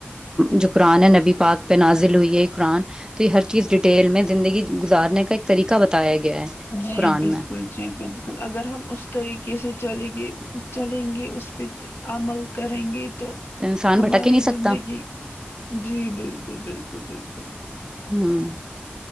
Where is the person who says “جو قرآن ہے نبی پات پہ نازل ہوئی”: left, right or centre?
Right